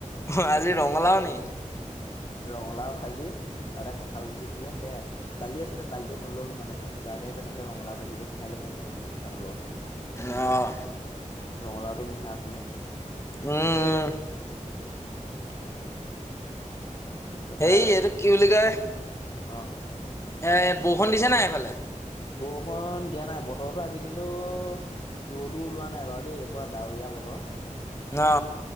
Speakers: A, on the left; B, on the left.
A: অ', আজি ৰঙালাও নেকি?
B: ৰঙালাও ভাজি তাতে কঁঠাল গুটি দিলে সেয়াই দালি আছিলে দালিটো নললো মানে মই সুদাকে তেনেকে ৰঙলা ভাজিটো খাই ভাল পাওঁ মানে ভাতৰ লগৰ খানি।
A: অহ!
B: ৰঙালাওটো মিঠা আছিলে।
A: উম, উম।
B: উম। তাৰপা
A: হেই এইটো কি বুলি কয়
B: অ
A: এ বৰষুণ দিছে নাই এইফালে?
B: বৰষুণ দিয়া নাই বতৰতো আজি কিন্তু ৰ'দো ওলোৱা নাই বাৰু দেই এই পৰা ডাৱৰীয়া বতৰ।
A: ন?